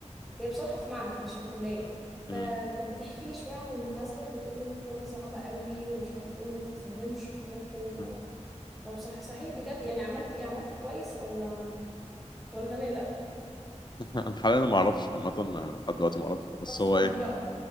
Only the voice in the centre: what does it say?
هي بصراحه في معهد مش في كليه
فكانت بتحكي لي شويه عن المحاسبه بتقولي انها ماده صعبه قوي ومش عارف ايه وما بتتفهمش وحاجات كده
ف فبصح صحيح بجد يعني عملت ايه عملت كويس ولا ولا نقلق
اصلا
بقى